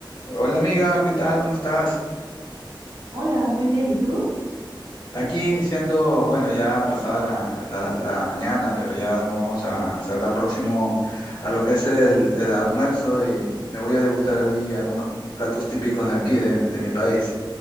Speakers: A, on the left; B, on the right.
A: Hola amiga, ¿qué tal? ¿Cómo estás?
B: Hola, muy bien. ¿Y tú?
A: Aquí iniciando, bueno, ya pasada la, la- la mañana, pero ya nos vamos a acercar próximo a lo que es el, el almuerzo y me voy a degustar allí algunos platos típicos de aquí, de, de mi país.